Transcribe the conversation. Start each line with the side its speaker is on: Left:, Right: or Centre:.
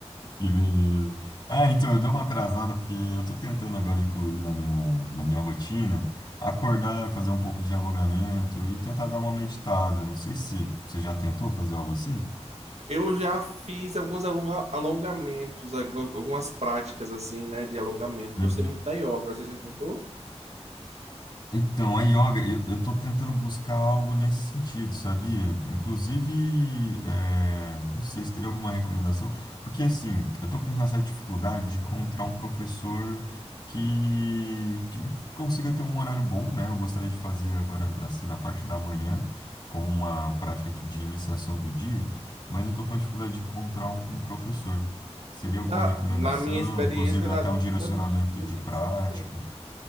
Left: que beleza. Ah, então, eu dei uma atrasada porque eu tô tentando agora incluir na minha, na minha rotina, acordar, fazer um pouco de alongamento e tentar dar uma meditada. Não sei se você já tentou fazer algo assim.
Right: Eu já fiz alguns alonga- alongamentos, algu- algumas práticas assim, né, de alongamento.
Left: Hum.
Right: Gostei muito da yoga. Você já tentou?
Left: Então, a yoga, eu, eu tô tentando buscar algo nesse sentido, sabia? Inclusive, eh, não sei se teria alguma recomendação, porque assim, eu tô com uma certa dificuldade de encontrar um professor que, que consiga ter um horário bom, né? Eu gostaria de fazer agora, assim, na parte da manhã, como uma prática que- de iniciação do dia, mas eu tô com a dificuldade de encontrar um, um professor. Seria
Right: Na,
Left: alguma recomendação,
Right: na minha experiência,
Left: inclusive
Right: na
Left: até
Right: dúvida,
Left: um direcionamento
Right: no YouTube
Left: de prática?
Right: sempre tem.